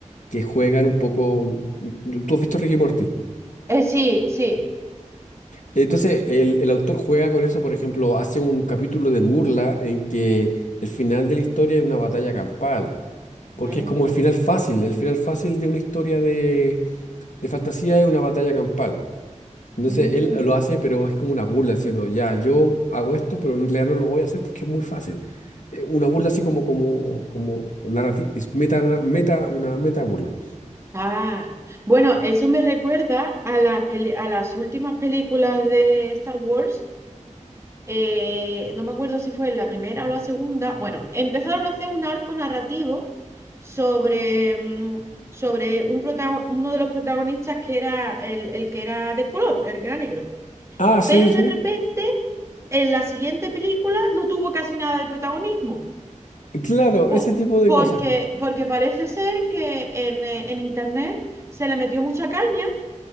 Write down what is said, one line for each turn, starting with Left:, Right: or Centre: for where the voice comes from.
Left: que juegan un poco, mm, ¿tú has visto Ricky Morty?
Right: eh, sí, sí.
Left: Entonces, el, el autor juega con eso, por ejemplo, hace un capítulo de burla en que el final de la historia es una batalla campal, porque
Right: Mm,
Left: es como el final fácil, el final fácil de una historia de, de fantasía es una batalla campal. Entonces,
Right: mm.
Left: él lo hace, pero es como una burla, diciendo, ya, yo hago esto, pero en realidad no lo voy a hacer porque es muy fácil. Eh, Una burla así como, como, como narrativa, meta, meta, una meta burla.
Right: Ah, bueno, eso me recuerda a las peli- a las últimas películas de Star Wars. Eh, no me acuerdo si fue en la primera o la segunda. Bueno, empezaron a hacer un arco narrativo sobre, mm, sobre un protago- uno de los protagonistas que era el, el que era de color, el que era negro.
Left: Ah, sí,
Right: Pero
Left: sí.
Right: de repente, en la siguiente película no tuvo casi nada de protagonismo.
Left: Claro,
Right: po-
Left: ese tipo de
Right: porque,
Left: cosas.
Right: porque parece ser que en, eh, en internet se le metió mucha caña